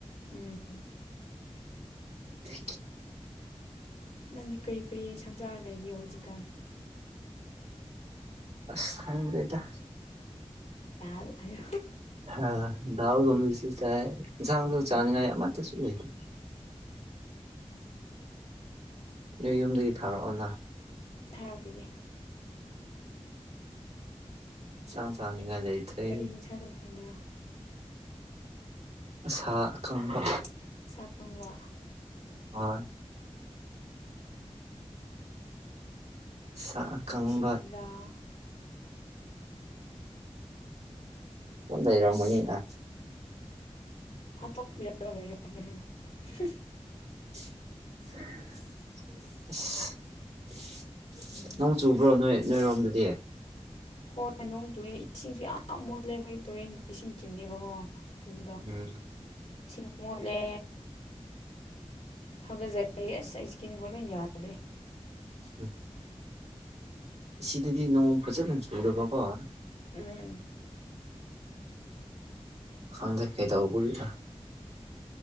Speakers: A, on the left; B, on the right.
A: ꯎꯝ
B: ꯊꯦ
A: ꯅꯪꯗꯤ ꯀꯔꯤ ꯀꯔꯤ ꯁꯪꯖꯥꯔ ꯂꯩꯒꯦ ꯍꯧꯖꯤꯛꯀꯥꯟ
B: ꯑꯁ ꯈꯥꯏ ꯔꯦꯗ
A: ꯑ
B: ꯍꯥ ꯗꯥꯥꯎ ꯝꯁꯤ ꯆꯥꯏ ꯁꯥꯡ
A: ꯎꯝ
B: ꯆꯥꯅꯤꯡꯉ ꯃꯥ ꯁ ꯂꯩꯇ ꯅꯣꯏ ꯌꯨꯝꯗꯒꯤ ꯊꯥꯔꯛꯑꯣꯅ
A: ꯊꯥꯔꯛꯄꯒꯦ
B: ꯆꯥꯡ ꯆꯥꯡꯅꯤꯡꯉꯥꯏ ꯂꯩꯇꯦ
A: ꯀꯔꯤ ꯌꯦꯟꯁꯥꯡ ꯆꯥꯅꯤꯡꯕ꯭ꯔꯥ
B: ꯁꯥ ꯑꯀꯪꯕ
A: <unintelligible>
B: ꯍꯣꯏ ꯁꯀꯪꯕ
A: ꯅꯨꯡꯁꯤꯗ
B: ꯅꯗ ꯏꯔꯣꯃꯅꯤꯒ
A: <unintelligible>
B: <unintelligible>
A: ꯎꯝ
B: ꯅꯣꯡ ꯆꯨꯕ꯭ꯔꯣ ꯅꯣꯏ ꯅꯣꯏꯔꯣꯝꯗꯗꯤ
A: ꯍꯣꯏ ꯅꯣꯡ ꯆꯨꯑꯦ ꯏꯁꯤꯡꯁꯨ ꯌꯥꯝ ꯃꯣꯜꯂꯦ ꯑꯩꯈꯣꯏ ꯇꯨꯔꯦꯟ ꯏꯁꯤꯡ ꯆꯤꯡꯉꯦꯕꯀꯣ ꯑꯗꯨꯣꯏꯩꯅꯣꯗ
B: ꯎꯝ
A: ꯏꯁꯤꯡ ꯃꯣꯠꯂꯦ ꯍꯧꯒꯠꯆꯔꯦ ꯌꯦꯁ ꯑꯩ ꯏꯁꯀꯤꯟꯒꯣꯅ ꯌꯥꯗ꯭ꯔꯦ
B: ꯎꯝ ꯁꯤꯗꯗꯤ ꯅꯣꯡ ꯐꯖꯅ ꯍ ꯆꯨꯗ ꯕꯣꯁ
A: ꯎꯝ
B: ꯍꯗꯦꯛ ꯈꯩꯗꯕꯨꯄꯥ